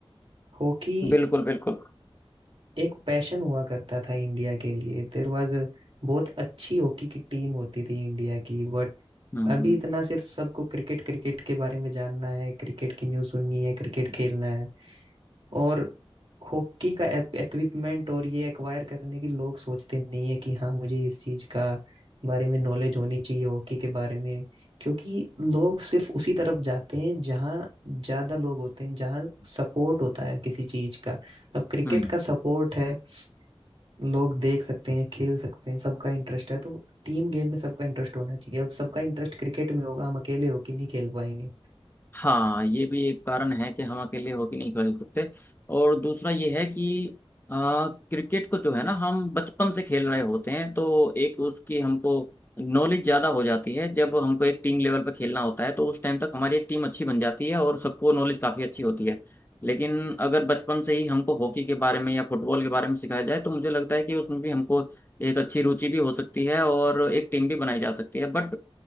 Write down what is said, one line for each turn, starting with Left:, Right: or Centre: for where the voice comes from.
Right: हॉकी
Left: बिल्कुल बिल्कुल
Right: एक पैशन हुआ करता था इंडिया के लिए देयर वाज बहुत अच्छी हॉकी की टीम होती थी इंडिया की
Left: हम्म
Right: अभी
Left: हम्म
Right: इतना सिर्फ सबको क्रिकेट क्रिकेट के बारे में जानना है क्रिकेट की न्यूज़ सुननी है क्रिकेट खेलना है और हॉकी का इक्विपमेंट और ये एक्वायर करने की लोग सोचते नहीं है कि हाँ मुझे इस चीज का बारे में नॉलेज होनी चाहिए हॉकी के बारे में क्योंकि लोग सिर्फ उसी तरफ जाते हैं जहाँ ज्यादा लोग होते हैं जहाँ सपोर्ट होता है किसी चीज का अब क्रिकेट
Left: हम्म
Right: का सपोर्ट है लोग देख सकते हैं खेल सकते हैं सबका इंटरेस्ट है तो टीम गेम में सबका इंटरेस्ट होना चाहिए अब सबका इंटरेस्ट क्रिकेट में होगा हम अकेले होके नहीं खेल पाएंगे
Left: हाँ ये भी एक कारण है कि हम अकेले हॉकी नहीं खेल सकते और दूसरा ये है कि आ, क्रिकेट को जो है ना हम बचपन से खेल रहे होते हैं तो एक उसकी हमको नॉलेज ज़्यादा हो जाती है जब हमको एक टीम लेवल पर खेलना होता है तो उस टाइम तक हमारी एक टीम अच्छी बन जाती है और सबको नॉलेज काफ़ी अच्छी होती है लेकिन अगर बचपन से ही हमको हॉकी के बारे में या फुटबॉल के बारे में सिखाया जाए तो मुझे लगता है कि उसमें भी हमको एक अच्छी रुचि भी हो सकती है और एक टीम भी बनाई जा सकती है बट